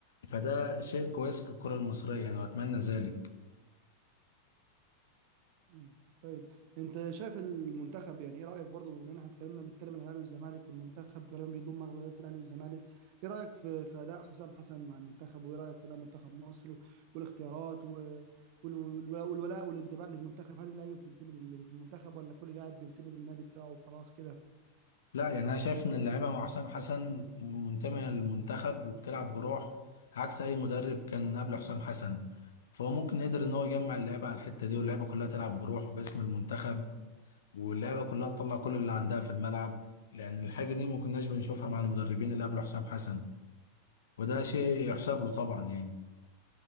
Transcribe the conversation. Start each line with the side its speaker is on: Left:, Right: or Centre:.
Left: فده شيء كويس للكرة المصرية يعني وأتمنى ذلك
Right: مم. طيب انت شايف المنتخب يعني ايه رايك برضو بما ان احنا اتكلمنا بنتكلم عن الاهلي والزمالك والمنتخب غالبا بيضم اغلبيه الاهلي والزمالك ايه رايك في في اداء حسام حسن مع المنتخب وايه رايك في اداء منتخب مصر و- والاختيارات و- وال- وال- والولاء والانتماء للمنتخب هل اللعيبه بتنتمي للمنتخب ولا كل لاعب بينتمي للنادي بتاعه وخلاص كده
Left: لا يعني أنا شايف إن اللاعيبة مع حسام حسن منتمية للمنتخب وبتلعب بروح عكس أي مدرب كان قبل حسام حسن فهو ممكن يقدر إن هو يجمع اللعيبة على الحتة دي واللعيبة كلها تلعب بروح وباسم المنتخب واللعيبه كلها تطلع كل اللي عندها في الملعب لان الحاجه دي ما كناش بنشوفها مع المدربين اللي قبل حسام حسن وده شيء يحسب له طبعا يعني